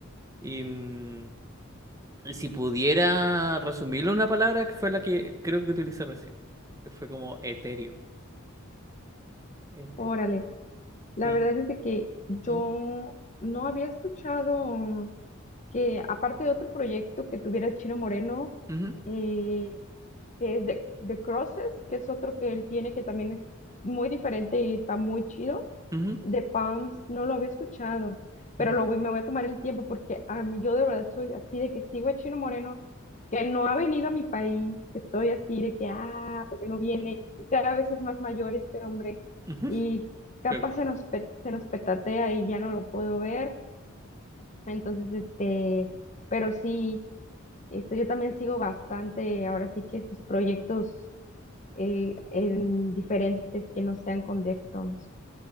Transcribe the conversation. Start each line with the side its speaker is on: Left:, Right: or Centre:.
Right: Y, mm, y si pudiera resumirlo en una palabra, que fue la que creo que utilicé recién. que Fue como etéreo. este
Left: Órale. La
Right: sí,
Left: verdad es de que yo
Right: mm,
Left: no había escuchado que, aparte de otro proyecto que tuviera Chino Moreno,
Right: ujú,
Left: eh, que es de, de Crosses, que es otro que él tiene que también es muy diferente y está muy chido.
Right: ujú,
Left: De Pumps no lo había escuchado, pero
Right: mm,
Left: lo voy- me voy a tomar el tiempo porque a mí yo de verdad soy así de que sigo a Chino Moreno, que no ha venido a mi país, que estoy así de que, ah, porque no viene, y cada vez es más mayor este hombre,
Right: mm, ujú.
Left: y capaz
Right: Pero
Left: se nos, pe- se nos petatea y ya no lo puedo ver, entonces, este, pero sí. Este, yo también sigo bastante, ahora sí que sus proyectos eh, en diferentes que no sean con Deftones.